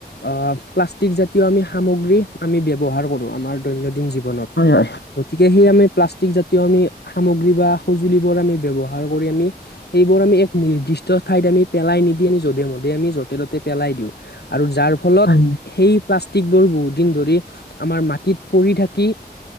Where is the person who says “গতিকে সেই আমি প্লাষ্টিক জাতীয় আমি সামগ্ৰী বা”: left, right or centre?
Left